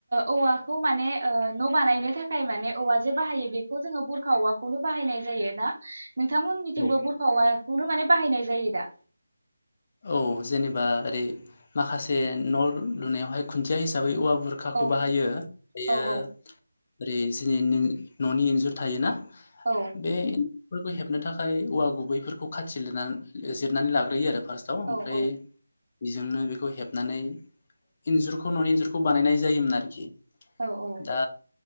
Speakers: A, on the right; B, on the left.
A: औवाखौ माने ओ न' बानायनो थाखाय माने औवा जे बाहायो बेखौ जोङो बुरखा औवाखौनो बाहायनाय जायो ना? नोंथांमोननिथिबो
B: औ
A: बुरखा औवाया बेखौनो माने बाहायनाय जायो दा
B: औ जेनेबा ओरै माखासे न' लुनायावहाय खुन्थिया हिसाबै औवा बुरखाखौ
A: औ
B: बाहायो बेयो
A: औ औ
B: ओरै जोंनि न'नि इन्जुर थायोना
A: औ
B: बे फोरखौ हेबनो थाखाय औवा गुबैफोरखौ खाथि लिरनानै जिरनानै लाग्रोयो आरो फारसे दाव ओमफ्राय
A: औ औ
B: बेजोंनो बेखौ हेबनानै इन्जुरखौ न'नि इन्जुरखौ बानायनाय जायोमोन आरोखि
A: औ औ
B: दा